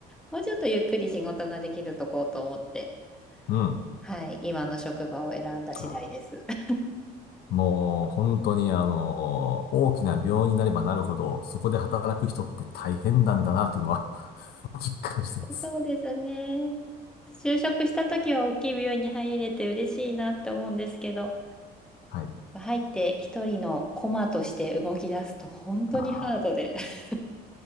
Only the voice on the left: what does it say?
うん。
あー
もう本当にあの、大きな病院になればなるほど、そこで働く人って大変なんだなっていうのは <laughs> 実感してます。
はい。
あー